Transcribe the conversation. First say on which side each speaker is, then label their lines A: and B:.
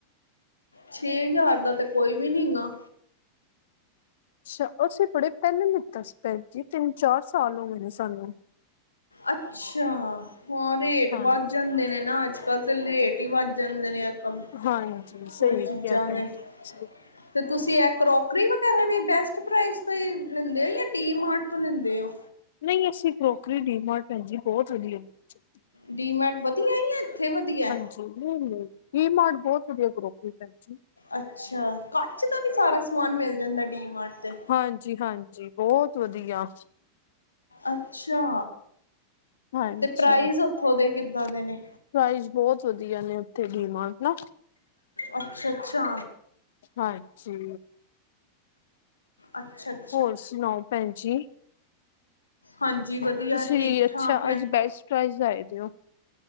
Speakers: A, on the left; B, on the left.
A: ਛੇ ਹਜ਼ਾਰ ਦਾ ਤੇ ਕੋਈ ਵੀ ਨੀਗਾ।
B: ਅੱਛਾ ਅਸੀਂ ਬੜੇ ਪਹਿਲਾਂ ਲਿਤਾ ਸੀ ਭੈਣ ਜੀ ਤਿੰਨ ਚਾਰ ਸਾਲ ਹੋ ਗਏ ਨੇ ਸਾਨੂੰ।
A: ਅੱਛਾ ਹਾਂ ਰੇਟ
B: ਹਾਂਜੀ
A: ਵੱਧ ਜਾਂਦੇ ਨੇ ਨਾ ਅੱਜ ਅੱਜ ਕੱਲ੍ਹ ਤਾਂ ਲੇਟ ਹੀ ਬਧ ਜਾਂਦੇ ਨੇ ਆ ਕ
B: ਹਾਂਜੀ ਸਹੀ
A: ਕੋਈ ਚੀਜ਼ਾਂ
B: ਕਿਹਾ ਭੈਣ
A: ਦੇ।
B: ਜੀ ਤੁਸੀਂ
A: ਤੇ ਤੁਸੀ ਇਹ ਕਰੋਕਰੀ ਵਗੈਰਾ ਵੀ ਬੈਸਟ ਪ੍ਰਾਈਜ਼ ਤੋਂ ਲੈਂਦੇ ਹੋ ਜਾਂ ਡੀ ਮਾਰਟ ਤੋਂ ਲੈਂਦੇ ਹੋ।
B: ਨਹੀਂ ਅਸੀਂ ਕਰੋਕਰੀ ਡੀਮਾਰਟ ਭੈਣ ਜੀ ਬਹੁਤ ਵਧੀਆ। ਮਿਲਦੀ।
A: ਡੀਮਾਰਟ ਵਧੀਆ ਹੀ ਆ ਜਾ ਇੱਥੇ ਵਧੀਆ।
B: ਜੀ ਨਹੀ ਨਹੀ ਕੀ ਮਾਰਟ ਬਹੁਤ ਵਧੀਆ ਕਰੋਕਰੀ ਭੈਣ ਜੀ।
A: ਅੱਛਾ ਕੱਚ ਦਾ ਵੀ ਸਾਰਾ ਸਮਾਨ ਮਿਲ ਜਾਂਦਾ ਡੀ ਮਾਰਟ ਤੇ।
B: ਹਾਂਜੀ ਹਾਂਜੀ ਬਹੁਤ ਵਧੀਆ।
A: ਅੱਛਾ।
B: ਹਾਂਜੀ
A: ਤੇ ਪ੍ਰਾਈਜ਼ ਉੱਥੋਂ ਦੇ ਕਿੱਦਾਂ
B: ਪ੍ਰਾਈਜ਼
A: ਦੇ ਨੇ?
B: ਬਹੁਤ ਵਧੀਆ ਨੇ ਉੱਥੇ ਗੀਮਾਰਟ ਨਾ।
A: ਅੱਛਾ ਅੱਛਾ।
B: ਹਾਂਜੀ
A: ਅੱਛਾ ਜੀ
B: ਹੋਰ ਸੁਣਾਓ ਭੈਣ ਜੀ।
A: ਹਾਂਜੀ ਵਧੀਆ।
B: ਤੁਸੀਂ
A: ਠੀਕ
B: ਅੱਛਾ
A: ਠਾਕ ਹੈ।
B: ਅੱਜ ਬੈਸਟ ਪ੍ਰਾਈਜ਼ ਆਏ ਦਿ ਹੋ।